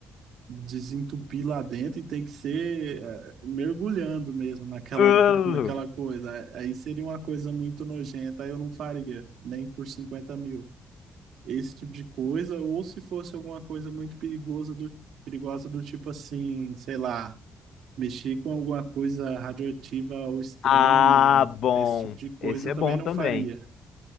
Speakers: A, on the right (about 75°); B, on the left (about 70°).
A: desentupir lá dentro e tem que ser eh, mergulhando mesmo naquela
B: Uh!
A: <laughs> naquela coisa. Aí seria uma coisa muito nojenta, aí eu não faria, nem por 50 mil. Esse tipo de coisa, ou se fosse alguma coisa muito perigosa do, perigosa do tipo assim, sei lá Mexer com alguma coisa radioativa ao extremo,
B: Ah, bom.
A: esse tipo de coisa
B: Esse
A: eu
B: é
A: também
B: bom
A: não
B: também.
A: faria.